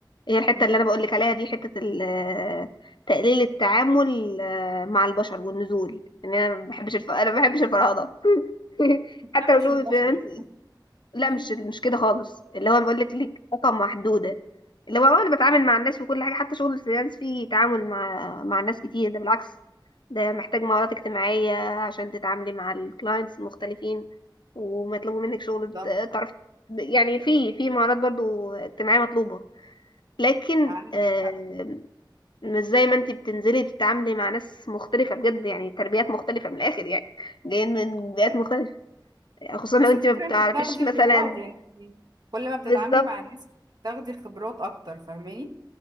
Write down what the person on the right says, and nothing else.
مم.
ما
بحبش
البشر
مم،
بالظبط
عندك
حق
بس
الفكرة
انت بتاخدي
خبرات يعني انت كل ما بتتعاملي
مع ناس بتاخدي خبرات اكتر فاهماني